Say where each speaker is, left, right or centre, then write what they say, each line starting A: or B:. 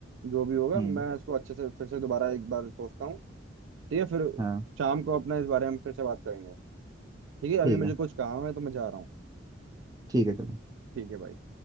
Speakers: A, on the right (about 80°); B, on the right (about 20°).
A: जो भी होगा
B: हम्म
A: मैं इसको अच्छे से फिर से दोबारा एक बार सोचता हूँ ठीक है फिर
B: हाँ
A: शाम को अपना इस बारे में फिर से बात करेंगे ठीक है
B: ठीक
A: अभी मुझे
B: है
A: कुछ काम है तो मैं जा रहा हूँ
B: ठीक है चलो
A: ठीक है भाई